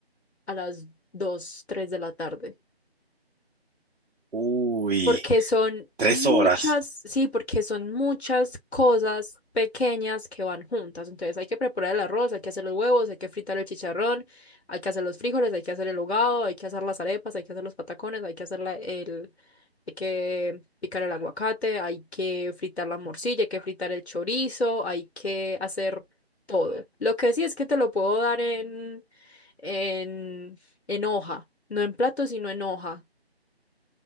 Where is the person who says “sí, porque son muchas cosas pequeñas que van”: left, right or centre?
Left